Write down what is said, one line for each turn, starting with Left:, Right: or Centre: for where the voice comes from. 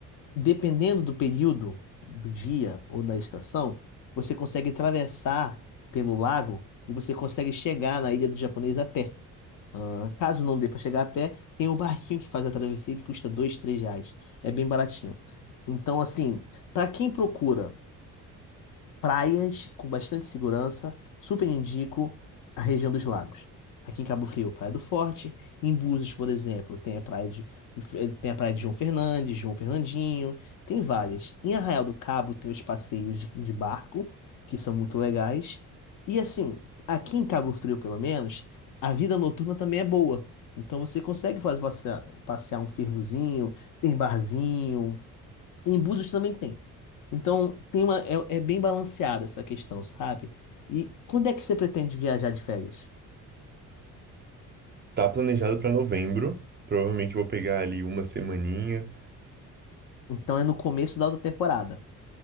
Left: dependendo do período do dia ou da estação, você consegue atravessar pelo lago e você consegue chegar na Ilha do Japonês a pé. Ah, caso não dê para chegar a pé, tem o barquinho que faz a travessia que custa dois, três reais. É bem baratinho. Então, assim, para quem procura praias com bastante segurança. Super indico a região dos lagos. Aqui em Cabo Frio, Praia do Forte. Em Búzios, por exemplo, tem a praia de, tem a praia de João Fernandes, João Fernandinho, tem várias. Em Arraial do Cabo tem os passeios de, de barco, que são muito legais. E assim, aqui em Cabo Frio, pelo menos, a vida noturna também é boa. Então você consegue fazer passear, passear um fervozinho, tem barzinho, em Búzios também tem. Então, tem uma, é, é bem balanceada essa questão, sabe? E quando é que você pretende viajar de férias?
Right: Tá planejado pra novembro. Provavelmente eu vou pegar ali uma semaninha.
Left: Então, é no começo da outra temporada.